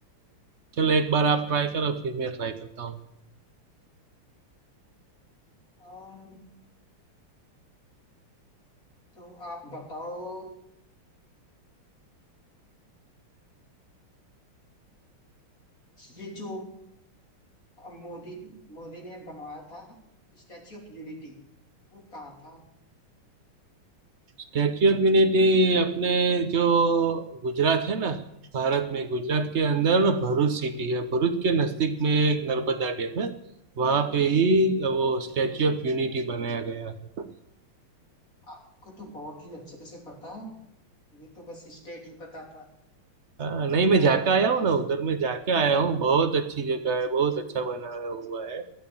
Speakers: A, on the right; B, on the left.
A: चलो एक बार आप ट्राई करो फिर मैं ट्राई करता हूँ
B: अम, तो आप बताओ ये जो मोदी मोदी ने बनाया था स्टैच्यू ऑफ यूनिटी वो कहाँ था
A: स्टैच्यू ऑफ यूनिटी अपने जो गुजरात है ना भारत में गुजरात के अंदर ना भरूच सिटी है भरूच के नजदीक में एक नर्मदा डैम है वहां पे ही वो स्टैच्यू ऑफ यूनिटी बनाया गया है
B: आपको तो बहुत ही अच्छे से पता है ये तो बस स्टेट ही पता था
A: हाँ, नहीं मैं
B: आपका
A: जाके आया हूँ ना उधर मैं जाके आया हूँ बहुत अच्छी जगह है बहुत अच्छा बनाया हुआ है